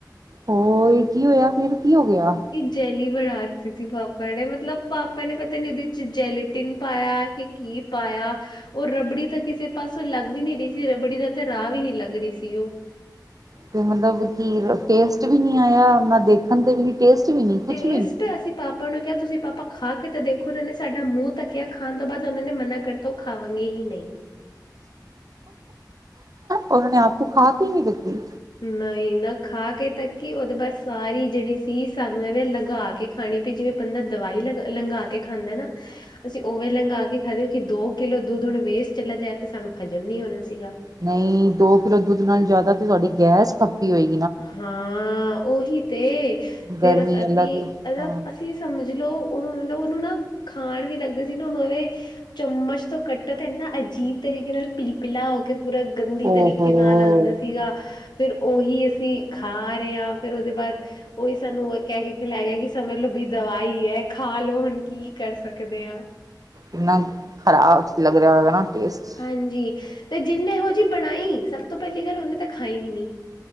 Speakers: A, on the right; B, on the left.
A: ਹੋਰ ਕੀ ਹੋਇਆ, ਫਿਰ ਕੀ ਹੋ ਗਿਆ।
B: ਜੈਲੀ ਬਣਾ ਦਿੱਤੀ ਸੀ ਪਾਪਾ ਨੇ ਮਤਲਬ ਪਾਪਾ ਨੇ ਪਤਾ ਨੀ ਉਹਦੇ ਚ ਜੈਲੀਟਿਨ ਪਾਇਆ ਕਿ ਕੀ ਪਾਇਆ। ਉਹ ਰਬੜੀ ਤਾਂ ਕਿਸੇ ਪਾਸੋਂ ਲੱਗ ਵੀ ਨਹੀ ਰਹੀ ਸੀ ਰਬੜੀ ਦਾ ਤਾਂ ਰਾਹ ਵੀ ਨੀ ਲੱਗ ਰਹੀ ਸੀ ਉਹ।
A: ਤੇ ਮਤਲਬ ਕੀ ਟੇਸਟ ਵੀ ਨੀ ਆਇਆ ਨਾ ਦੇਖਣ ਤੇ ਵੀ ਨੀ ਟੇਸਟ ਵੀ ਨੀ ਕੁਛ
B: ਟੇਸਟ
A: ਵੀ ਨੀ
B: ਅਸੀਂ ਪਾ ਉਹਨ ਨੂੰ ਕਿਹਾ ਤੁਸੀਂ ਪਾਪਾ ਖਾ ਕੇ ਤਾਂ ਦੇਖੋ ਉਹਨਾਂ ਨੇ ਸਾਡਾ ਮੂੰਹ ਤੱਕਿਆ ਖਾਣ ਤੋਂ ਬਾਦ ਉਹਨਾਂ ਨੇ ਮਨਾ ਕਰਤਾ ਉਹ ਖਾਵਾਂਗੇ ਹੀ ਨਹੀਂ‌।
A: ਉਹ ਨੇ ਆਪ ਖਾ ਕੇ ਨਹੀ ਦੇਖੀ।
B: ਨਈ ਨਾ ਖਾ ਕੇ ਤੱਕੀ ਉਹਦੇ ਬਾਦ ਸਾਰੀ ਜਿਹੜੀ ਸੀ ਸਾਨੂੰ ਐਵੇਂ ਲੰਘਾ ਕੇ ਖਾਣੀ ਪਈ ਜਿਵੇਂ ਬੰਦਾ ਦਵਾਈ ਲ, ਲੰਘਾ ਕੇ ਖਾਂਦਾ ਨਾ। ਤੁਸੀਂ ਓਵੇ ਲੰਘਾ ਕੇ ਖਾਦੇਓ ਕਿ ਦੋ ਕਿਲੋ ਦੁੱਧ ਹੁਣ ਵੇਸਟ ਚਲਾ ਜਾਏ ਤਾਂ ਸਾਨੂੰ ਹਜ਼ਮ ਨੀ ਹੋਣਾ ਸੀਗਾ।
A: ਨਹੀਂ ਦੋ ਕਿਲੋ ਦੁੱਧ ਨਾਲ ਜਾਦਾ ਤੇ ਤੁਹਾਡੀ ਗੈਸ ਖੱਪੀ ਹੋਈ।
B: ਹਾਂ ਉਹੀ ਤੇ ਫੇਰ
A: ਗਰਮੀ
B: ਅ ਅਸੀਂ
A: ਅਲੱਗ
B: ਮਤਲਬ
A: ਹਾਂ
B: ਅਸੀਂ ਸਮਝ ਲੋ ਉਹ ਮਤਲਬ ਉਹਨੂੰ ਨਾ ਖਾਣ ਵੀ ਲੱਗਦੇ ਸੀ ਨਾ ਉਹਨੂੰ ਇਹਵੇ ਚਮਚ ਤੋਂ ਕੱਟੋ ਤੇ ਇੰਨਾ ਅਜੀਬ ਤਰੀਕੇ ਨਾਲ ਪਿਲਪੀਲਾ ਹੋ ਕੇ ਪੂਰਾ ਗੰਦੀ
A: ਓਹੋ
B: ਤਰੀਕੇ ਨਾਲ ਆਉਂਦਾ ਸੀਗਾ ਫਿਰ ਉਹੀ ਅਸੀਂ ਖਾ ਰਹੇ ਆ ਫਿਰ ਉਹਦੇ ਬਾਦ ਉਹੀ ਸਾਨੂੰ ਕਹਿ ਕੇ ਖਿਲਾਏ ਗਾ ਕਿ ਸਮਝ ਲੋ ਬੀ ਦਵਾਈ ਹੈ। ਖਾ ਲੋ ਹੁਣ ਕੀ ਕਰ ਸਕਦੇ ਆ।
A: ਇੰਨਾ ਖ਼ਰਾਬ ਲੱਗਦਾ ਹੋਏਗਾ ਨਾ ਟੇਸਟ।
B: ਹਾਂਜੀ ਤੇ ਜਿੰਨੇ ਹੋ ਜਿ ਬਣਾਈ ਸਭ ਤੋਂ ਪਹਿਲੀ ਗੱਲ ਉਹਨੇ ਤਾਂ ਖਾਈ ਵੀ ਨੀ।